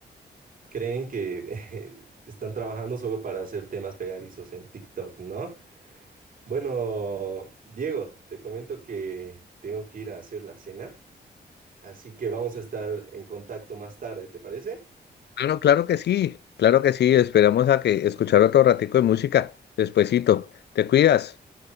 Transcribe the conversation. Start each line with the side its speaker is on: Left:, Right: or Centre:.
Right: creen que <laughs> están trabajando solo para hacer temas pegadizos en TikTok, ¿no? Bueno, Diego, te comento que tengo que ir a hacer la cena, así que vamos a estar en contacto más tarde, ¿te parece?
Left: Claro, claro que sí, claro que sí, esperamos a que escuchar otro ratico de música, despuesito, te cuidas.